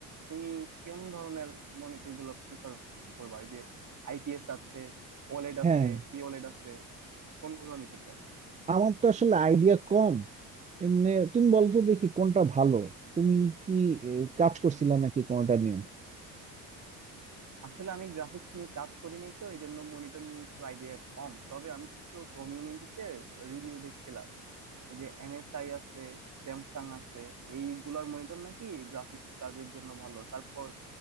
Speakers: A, on the right; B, on the right.
A: তুমি কোন ধরনের মনিটর গুলো প্রিফার করবা এই যে আইপিএস আছে ওলেড
B: হ্যাঁ
A: আছে পিওলেড আছে কোনগুলো নিতে চাও
B: আমার তো আসলে আইডিয়া কম এমনি তুমি বলো তো দেখি কোনটা ভালো তুমি কি এ, কাজ করছিলা নাকি কোনটা নিয়ে
A: আসলে আমি গ্রাফিক্স নিয়ে কাজ করি নাই তো এই জন্য মনিটর নিয়ে একটু আইডিয়া কম তবে আমি কিছু কমিউনিটিতে রিভিউ দেখছিলাম এই যে এমএসআই আছে স্যামসাং আছে এইগুলার মনিটর নাকি গ্রাফিক্স কাজের জন্য ভালো তারপর